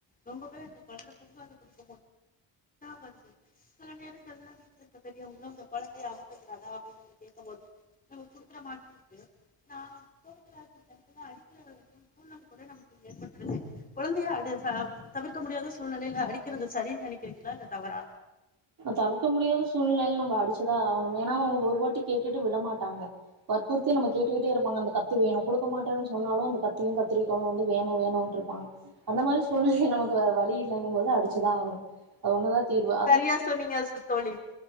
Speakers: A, on the left; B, on the right.
A: ரொம்பவே அந்த <unintelligible> <unintelligible> கேட்கும்போது நம்ம குடுக்கற மாதிரி வருது. சில நேரங்கள்ல வீட்ல இருக்கிற பெரியவங்களும் இந்த குழந்தைய அடிச்சுட்டாளா அப்படின்னு கேட்கும்போது நம்ம குடுக்கற மாதிரி இருக்கு. நான் போகப் போக அதெல்லாம் அடிக்கிறது அப்படின்னு சொன்னோம்னா கூட நமக்கு ஏற்பட்டு விடுகிறது. குழந்தைய அடி தவிர்க்க முடியாத சூழ்நிலையில அடி க்கிறது சரின்னு நினைக்கிறீங்குளா இல்ல தவறா
B: தவுக்க முடியாத சூழ்நிலையில நம்ப அடுச்சுதா ஆகணும் ஏன்னா அவங்க ஒரு வாட்டி கேட்டுட்டு விடமாட்டாங்க வற்புறுத்தி நம்ம கேட்டுக்கிட்டே இருப்பாங்க அந்த கத்தி வேணு கொடுக்க மாட்டேன்னு சொன்னாலு அந்த கத்தியு கத்திரிக்கோளு வந்து வேணு வேணும்று இருப்பாங்க அந்த மாரி சூழ்நிலை நமக்கு வேற வழி இல்லங்கும் போது அடுச்சுதா ஆகணு அது ஒண்ணுதா தீர்வா
A: சரியா சொன்னீங்கஸ் தோழி